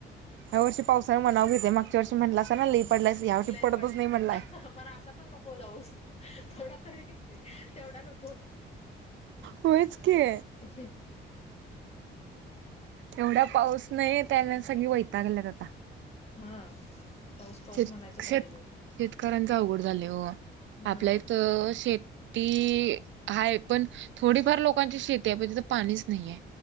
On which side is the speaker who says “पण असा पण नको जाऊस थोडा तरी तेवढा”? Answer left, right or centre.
Left